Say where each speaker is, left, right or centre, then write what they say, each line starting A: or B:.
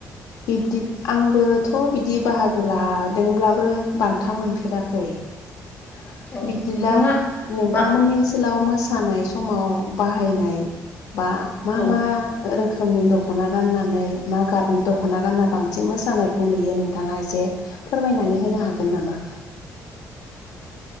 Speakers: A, on the left (about 80°); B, on the left (about 30°).
A: बिब्दि आंबोथ' बिदि बाहागो लादोंब्लाबो बान्था मोनफेराखै ।
B: औ
A: बिदिब्ला
B: नोंथाङा
A: नोंथांमोननि
B: मा
A: ओनसोलाव मोसा मोसानाय समाव बाहायनाय बा मा
B: औ
A: मा रोखोम खोमनि दख'ना गाननानै मा गाबनि दख'ना गानना बांसिनबो मोसानायखौ नुयो नोंथाङा एसे फोरमायनानै होनो हागोन नामा?